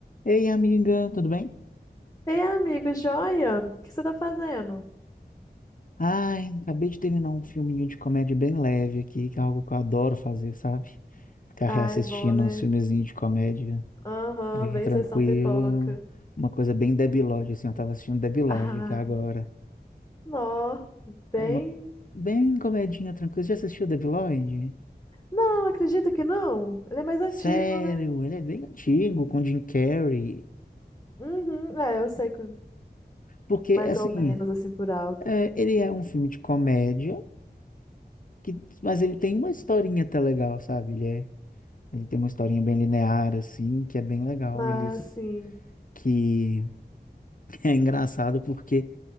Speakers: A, on the left; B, on the left.
A: Ei, amiga, tudo bem?
B: Ei, amigo, joia? O que você tá fazendo?
A: Ai, acabei de terminar um filminho de comédia bem leve aqui, que é algo que eu adoro fazer, sabe? Ficar
B: Ai,
A: reassistindo
B: bom, né?
A: uns filmezinhos de comédia
B: Aham,
A: bem
B: vem
A: tranquilo,
B: sessão pipoca. <laughs>
A: uma coisa bem debilóide, assim, eu tava assistindo debilóide
B: Ah,
A: aqui agora.
B: nó, bem.
A: É uma bem comedinha tranquila. Você Já assistiu debilóide?
B: Não, acredito que não. Ele é mais antigo,
A: Sério,
B: né?
A: ele é bem antigo, com Jim Carrey.
B: Uhum, é, eu sei que
A: Porque,
B: mais
A: assim,
B: ou menos assim por alto.
A: é, ele é um filme de comédia, que, mas ele tem uma historinha até legal, sabe? Ele é Ele tem uma historinha bem linear, assim, que é bem legal.
B: Ah,
A: Eles.
B: sim.
A: Que <laughs> é engraçado porque